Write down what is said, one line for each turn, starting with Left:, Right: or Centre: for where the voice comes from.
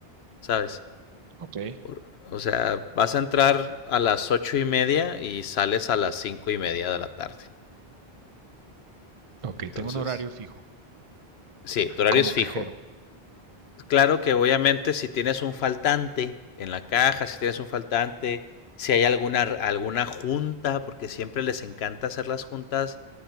Left: ¿sabes?
Right: Ok.
Left: Por- o sea, vas a entrar a las ocho y media y sales a las cinco y media de la tarde.
Right: Ok,
Left: Entonces,
Right: tengo un horario fijo
Left: sí, tu horario
Right: como
Left: es fijo.
Right: cajero.
Left: Claro que obviamente si tienes un faltante en la caja, si tienes un faltante, si hay alguna, alguna junta, porque siempre les encanta hacer las juntas